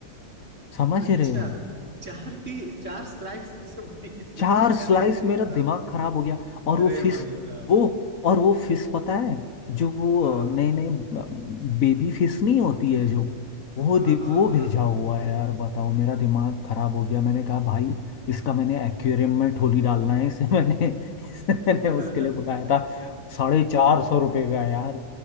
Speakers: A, on the left; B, on the right.
A: समझ
B: अच्छा
A: रहे हो
B: चार पी चार लाख एक सौ बीस रुपए
A: चार स्लाइस
B: अरे भाई
A: मेरा
B: साहब
A: दिमाग खराब हो गया और
B: अरे
A: वो फिश
B: भाई साहब
A: वो और वो फिश पता है जो वो
B: हाँ
A: नए नए बेबी फिश नहीं होती है जो वो
B: हाँ
A: दि-
B: हाँ
A: वो
B: हाँ
A: भेजा हुआ है यार बताओ मेरा दिमाग खराब हो गया मैंने कहा भाई इसका मैंने एक्वेरियम में ठोली डालना है इसे <laughs> मैंने इसे मैंने
B: <laughs>
A: उसके लिए बुलाया
B: अच्छा
A: था साढ़े चार सौ रुपये का यार